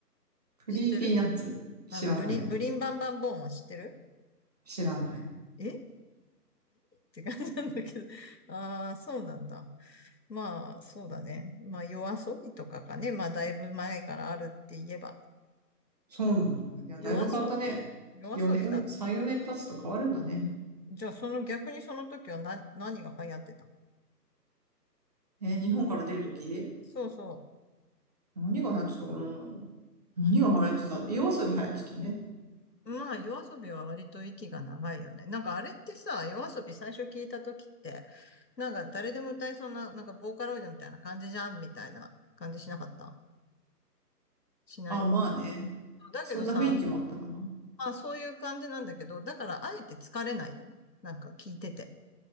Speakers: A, on the right; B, on the left.
A: クリーピーナッツ。
B: 知ってる
A: 知らない。
B: あの、ブリン、ブリンバンバンボーンは知ってる
A: 知らない。
B: えって感じなんだけど。<laughs> ああ、そうなんだ。まあ、そうだね。まあ、夜遊びとかかね。まあ、だいぶ前からあるって言えば。
A: そうなんだ。いや、
B: 夜遊び。
A: だいぶ変わったね。
B: 夜遊びだ。
A: 4年、3、4年経つと変わるんだね。
B: じゃあ、その逆にその時はな、何が流行ってた
A: えー日本から出るとき
B: そうそう。
A: 何が流行ってたかな何が流行ってた夜遊び流行ってたね。
B: まあ、夜遊びは割と息が長いよね。なんかあれってさ、夜遊び最初聞いた時って、なんか誰でも歌いそうな、なんかボーカロイドみたいな感じじゃんみたいな感じしなかったしない
A: あ、まあね。
B: だけどさ、
A: そんな雰囲気もあったかな。
B: まあそういう感じなんだけど、だからあえて疲れないよね。なんか聞いてて。